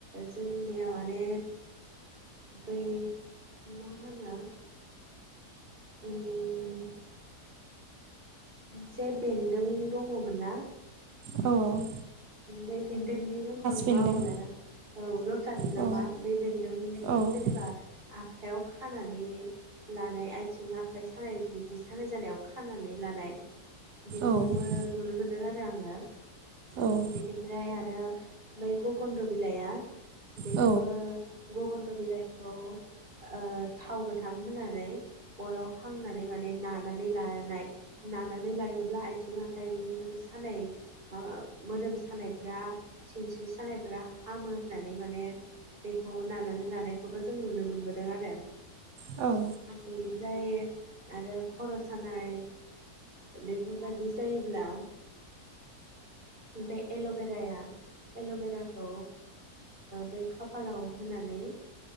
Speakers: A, on the right; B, on the right.
A: जोंनिया माने बै मा होनो। उम से बेन्दों दङमोन ना।
B: औ औ
A: बे बेनदोंनि मुंखौ आं
B: बेन्दों
A: बावबाय औ लटास नामा
B: औ
A: बे बेन्दोंखौ
B: औ
A: जेनेबा आखाइयाव खानानै लानाय आथिं आखाइ सानाय बिदि सानाय जानायाव खानानै लानाय बेखौबो
B: औ
A: नुनो मोनदों आरो आङो
B: औ
A: बेनि ओमफ्राय आरो मैगकन्न्द बिलाइया बेखौबो
B: औ
A: गखन्थ बिलाखौ- थाव गोथां होनानै अराव हांनानै माने नानानै लानाय नानानै लायोब्ला आथिं आखाइ बेफोर सानाय मोदोम सानायफ्रा सिनस्रि सानायफ्रा हामो होननानै माने बेखौ नानानै लानायखौबो जों नुनो मोनबोदों आरो।
B: औ
A: बेनिफ्राय आरो खर' सानाय बेफोरबायाददि जायोब्ला बे एल'भेराया एल'बेराखौ बे खाफालाव होनानै